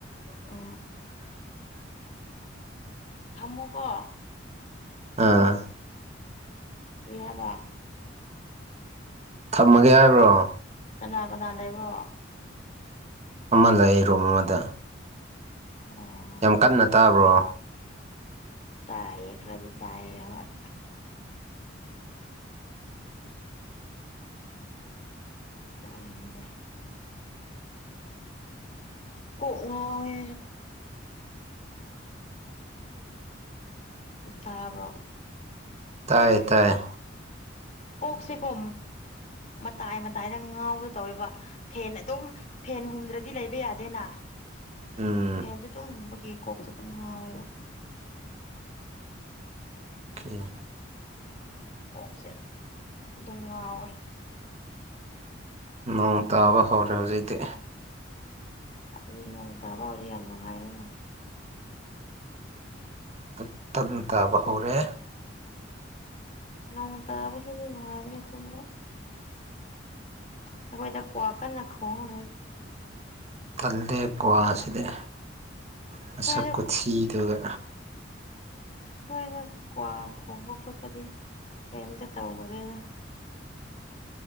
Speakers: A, on the left; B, on the right.
A: ꯎꯝ ꯊꯝꯃꯣꯀꯣ꯫
B: ꯑꯥ꯫
A: ꯀꯔꯤ ꯍꯥꯏꯕ꯫
B: ꯊꯝꯃꯒꯦ ꯍꯥꯏꯕ꯭ꯔꯣ꯫
A: ꯀꯅꯥ ꯀꯅꯥ ꯂꯩꯕꯣ
B: ꯑꯃ ꯂꯩ ꯔꯨꯝ ꯑꯃꯗ
A: ꯑꯣ
B: ꯌꯥꯝ ꯀꯟꯅ ꯇꯥꯕ꯭ꯔꯣ
A: ꯇꯌꯦ ꯑꯦꯈꯔꯗꯤ ꯇꯑꯌꯦ ꯍꯣꯏ ꯇꯅꯤꯗ ꯀꯉꯦ ꯇꯥꯔꯣ
B: ꯇꯥꯏꯌꯦ ꯇꯥꯏꯌꯦ
A: ꯀꯣꯛꯁꯤꯦꯀꯣ ꯃꯇꯥꯏ ꯃꯇꯥꯏꯗ ꯉꯥꯎꯗ ꯇꯧꯋꯦꯕ ꯐꯦꯟ ꯑꯗꯨꯝ ꯐꯦꯟ ꯍꯨꯝꯗ꯭ꯔꯗꯤ ꯂꯩꯕ ꯌꯥꯗꯦꯅ
B: ꯎꯝ
A: ꯐꯦꯟꯁꯨ ꯑꯗꯨꯝ ꯍꯨꯝꯕꯒꯤ ꯀꯣꯛꯇꯣ ꯑꯗꯨꯝ ꯉꯥꯎꯋꯦꯕ
B: ꯀꯔꯣ
A: ꯑꯣꯛꯁꯦ ꯑꯗꯨꯝ ꯉꯥꯎꯋꯦ
B: ꯅꯣꯡ ꯇꯥꯕ ꯍꯧꯔꯦ ꯍꯧꯖꯤꯛꯇꯤ
A: ꯑꯗꯨꯗꯤ ꯅꯣꯡ ꯇꯥꯕꯥꯎꯗꯤ ꯌꯥꯝ ꯅꯨꯡꯉꯥꯏꯔꯦꯅ
B: ꯇꯞ ꯇꯞꯅ ꯇꯥꯕ ꯍꯧꯔꯦ
A: ꯅꯣꯡ ꯇꯥꯕꯒꯤꯗꯤ ꯅꯨꯡꯉꯥꯏꯕ꯭ꯔꯥ ꯊꯨꯝꯕ ꯑꯩꯈꯣꯏꯗ ꯀ꯭ꯋꯥ ꯀꯟꯅ ꯈꯣꯡꯈ꯭ꯔꯦ
B: ꯇꯜꯂꯦ ꯀ꯭ꯋꯥꯁꯤꯗ ꯃꯁꯛꯀꯨꯊꯤꯗꯨꯒ
A: ꯁ꯭ꯋꯥꯏꯗ ꯁ꯭ꯋꯥꯏꯗ ꯀ꯭ꯋꯥ ꯈꯣꯡꯕ ꯈꯣꯠꯄꯗꯤ ꯀꯔꯤꯝꯇ ꯇꯧꯗꯦꯅ